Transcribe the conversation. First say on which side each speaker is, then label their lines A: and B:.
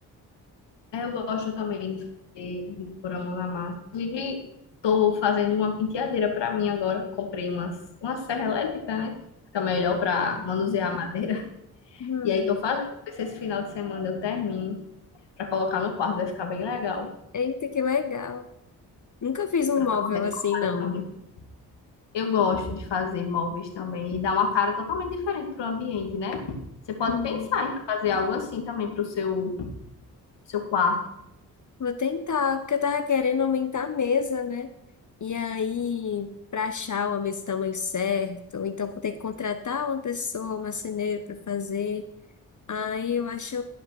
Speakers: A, on the left; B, on the left.
A: É, Eu gosto também de fazer, de pôr a mão na massa. Inclusive, tô fazendo uma penteadeira para mim agora. Comprei umas, uma serra elétrica, né? Fica melhor para manusear a madeira. <laughs>
B: Hum.
A: E aí tô fazendo. Ver se esse final de semana eu termino para colocar no quarto. Vai ficar bem legal.
B: Eita, que legal. Nunca fiz um
A: Para
B: móvel
A: dar uma reformada
B: assim, não.
A: também. Eu gosto de fazer móveis também e dar uma cara totalmente diferente pro ambiente, né? Você pode
B: Hum,
A: pensar em fazer algo assim também pro seu, seu quarto.
B: vou tentar, porque eu tava querendo aumentar a mesa, né? E aí, para achar uma mesa do tamanho certo, ou então vou ter que contratar uma pessoa, um marceneiro para fazer. Aí eu acho